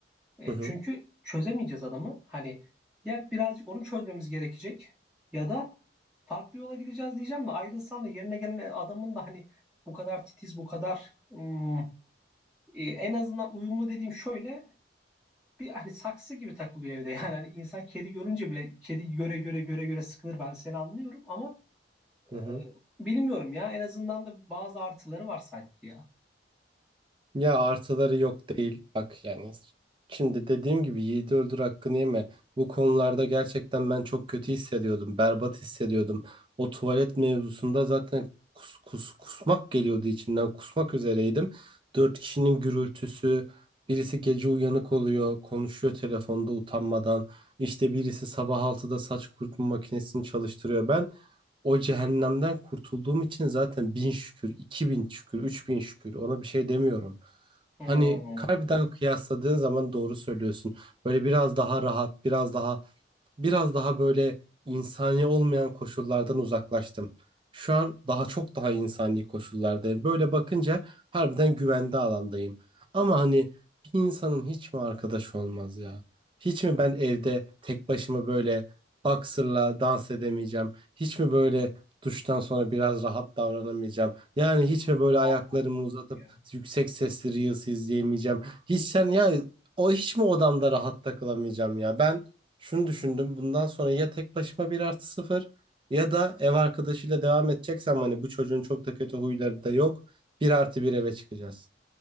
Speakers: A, in the centre; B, on the right.
A: E,
B: hı hı.
A: çünkü çözemeyeceğiz adamı. Hani ya birazcık onu çözmemiz gerekecek ya da farklı yola gideceğiz diyeceğim de ayrılsan da yerine gelen adamın da hani bu kadar titiz, bu kadar hmm, e, en azından uyumlu dediğim şöyle bir hani saksı gibi takılıyor evde. <laughs> Yani hani insan kedi görünce bile kedi göre göre göre göre sıkılır ben seni anlıyorum ama
B: hı.
A: e, bilmiyorum ya en azından da bazı artıları var sanki ya.
B: Ya artıları yok değil. Bak yani şimdi dediğim gibi yiğidi öldür hakkını yeme. Bu konularda gerçekten ben çok kötü hissediyordum. Berbat hissediyordum. O tuvalet mevzusunda zaten kus, kus, kusmak geliyordu içimden. Kusmak üzereydim. Dört kişinin gürültüsü. Birisi gece uyanık oluyor. Konuşuyor telefonda utanmadan. İşte birisi sabah altıda saç kurutma makinesini çalıştırıyor. Ben o cehennemden kurtulduğum için zaten bin şükür, iki bin şükür, üç bin şükür ona bir şey demiyorum.
A: Hmm.
B: Hani kalbiden kıyasladığın zaman doğru söylüyorsun. Böyle biraz daha rahat, biraz daha biraz daha böyle insani olmayan koşullardan uzaklaştım. Şu an daha çok daha insani koşullardayım. Böyle bakınca harbiden güvende alandayım. Ama hani bir insanın hiç mi arkadaş olmaz ya? Hiç mi ben evde tek başıma böyle boxer'la dans edemeyeceğim? Hiç mi böyle duştan sonra biraz rahat davranamayacağım? Yani hiç mi böyle ayaklarımı
A: Tamam.
B: uzatıp
A: Ya.
B: yüksek sesli Reels izleyemeyeceğim? Hiç sen ya o hiç mi odamda rahat takılamayacağım ya? Ben şunu düşündüm. Bundan sonra ya tek başıma bir artı sıfır ya da ev arkadaşıyla devam edeceksem hani bu çocuğun çok da kötü huyları da yok. Bir artı bir eve çıkacağız.